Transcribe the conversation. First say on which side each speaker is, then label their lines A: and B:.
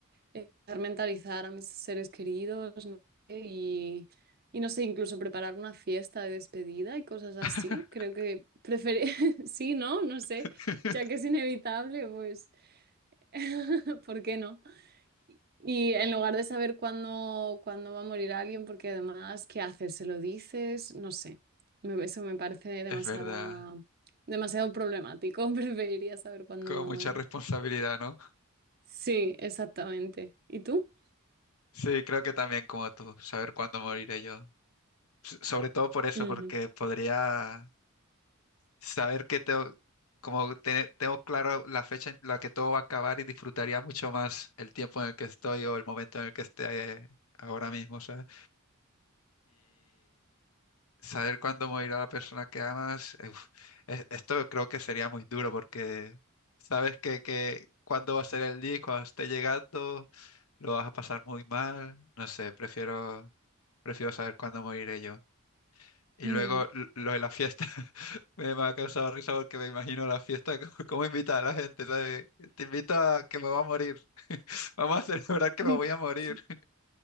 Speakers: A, on the right (about 45°); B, on the left (about 80°).
A: eh, mentalizar a mis seres queridos, no sé, y, y no sé, incluso preparar una fiesta de despedida y cosas así.
B: <laughs>
A: Creo que preferir, <laughs> sí, ¿no? No sé,
B: <laughs>
A: ya que es inevitable, pues, <laughs> ¿por qué no? Y en lugar de saber cuándo, cuándo va a morir alguien, porque además, ¿qué haces? ¿Se lo dices? No sé. Me- Eso me parece demasiada,
B: Es verdad,
A: demasiado problemático. <laughs> Preferiría saber cuándo.
B: con mucha responsabilidad, ¿no?
A: Sí, exactamente. ¿Y tú?
B: Sí, creo que también como tú, saber cuándo moriré yo. S- sobre todo por eso,
A: Ujú.
B: porque podría saber que tengo, como te- tengo claro la fecha en la que todo va a acabar y disfrutaría mucho más el tiempo en el que estoy o el momento en el que esté eh, ahora mismo, ¿sabes? saber cuándo morirá la persona que amas, eh, uf, es- esto creo que sería muy duro porque sabes que, que cuándo va a ser el día y cuando esté llegando lo vas a pasar muy mal. No sé, prefiero, prefiero saber cuándo moriré yo. Y
A: Mm.
B: luego l- lo de la fiesta <laughs> me, me ha causado risa porque me imagino la fiesta, <laughs> como cómo invita a la gente, ¿sabes? Te invito a que me va a morir. <laughs> Vamos a celebrar que
A: <laughs>
B: me voy a morir. <laughs>